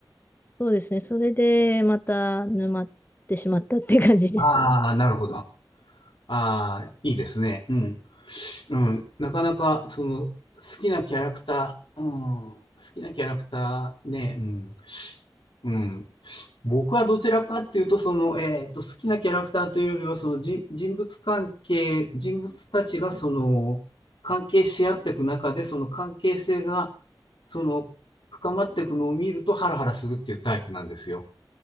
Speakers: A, on the left; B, on the left.
A: そうですね。それで、また沼ってしまったって感じですね。
B: ああ、なるほど。ああ、いいですね。うん。うん、なかなか、その、好きなキャラクター、うん、好きなキャラクターね、うん、うん。僕はどちらかっていうと、その、えっと、好きなキャラクターというよりは、その人、人物関係、人物たちが、その、関係し合っていく中で、その関係性が、その、深まっていくのを見るとハラハラするっていうタイプなんですよ。